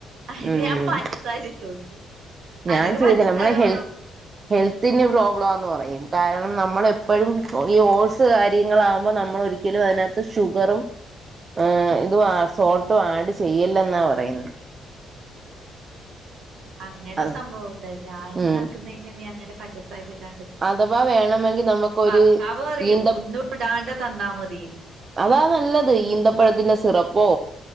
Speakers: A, on the right; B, on the right.
A: അയിന്
B: ഉം
A: ഞാൻ പഞ്ചസാര ഇട്ടു കൊടുക്കു
B: ഞാൻ
A: അനക്ക്
B: ചെയ്തില്ല
A: പഞ്ചസാര
B: നമ്മളെ ഹെൽത്ത്
A: വാണം
B: ഹെൽത്തിന് പ്രോബ്ലംന്ന് പറയും കാരണം നമ്മൾ എപ്പോഴും
A: ആഹ്
B: ഈ ഓഴ്സ് കാര്യങ്ങളാകുമ്പോൾ നമ്മൾ ഒരിക്കലും അതിനകത്ത് ഷുഗറും ഏ ഇതും സോൾട്ടും
A: ആഹ്
B: ആഡ് ചെയ്യല്ല
A: അങ്ങനെയുണ്ടല്ലേ
B: എന്നാ പറയുന്നത്
A: അങ്ങനെ
B: അത്
A: സംഭവംണ്ട് ഞാനീ
B: ഉം
A: ആക്കുന്ന നീ അങ്ങനെ പഞ്ചസാര ഇടാണ്ട്
B: അഥവാ വേണമെങ്കിൽ നമുക്കൊരു
A: ഭർത്താവ് റയും
B: ഈന്ത
A: ഒന്നും ഇടാണ്ട തന്നാ മതിന്ന്
B: അതാ നല്ലത് ഈന്തപ്പഴത്തിന്റെ സിറപ്പോ